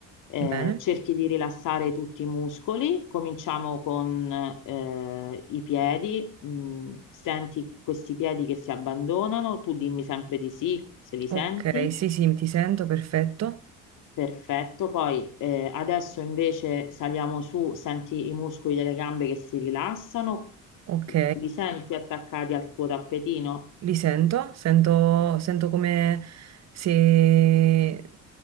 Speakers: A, on the left; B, on the right.
A: eh,
B: bene,
A: cerchi di rilassare tutti i muscoli, cominciamo con eh, i piedi, Mm, senti questi piedi che si abbandonano, tu dimmi sempre di sì se li
B: ok,
A: senti,
B: sì sì, ti sento, perfetto,
A: perfetto, poi eh, adesso invece saliamo su, senti i muscoli delle gambe che si rilassano,
B: ok,
A: li senti attaccati al tuo tappetino,
B: Li sento, sento, sento come se